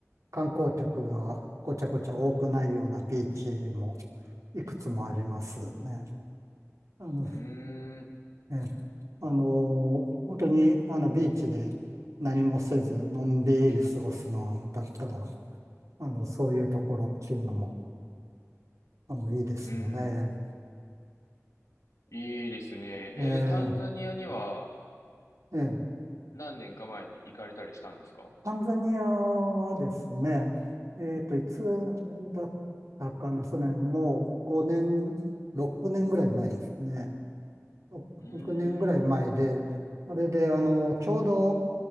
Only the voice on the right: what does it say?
観光客がごちゃごちゃ多くないようなビーチも、いくつもありますね。あの、
ね、あの、本当に、あの、ビーチで何もせず、のんびり過ごすのだったら、あの、そういうところっていうのも、あの、いいですよね。
えー
えー
タンザニアはですね、えっと、いつだったかな、それもう5年、6年ぐらい前ですね。6年ぐらい前で、
それで、あの、ちょうど、